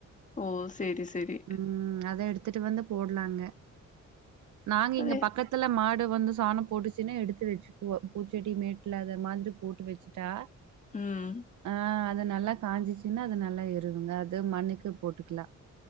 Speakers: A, on the left; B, on the right.
A: ஓ சேரி சேரி
B: ம் அத எடுத்துட்டு வந்து போட்லாங்க நாங்க
A: அதே
B: இங்க பக்கத்துல மாடு வந்து சாணம் போட்டுச்சுனா எடுத்து வெச்சுக்குவோ பூச்செடி மேட்ல அத மாந்திரி போட்டு வச்சுட்டா
A: ம்
B: ஆ அது நல்லா காஞ்சிச்சுனா அது நல்லா எருவுங்க அது மண்ணுக்கு போட்டுக்லா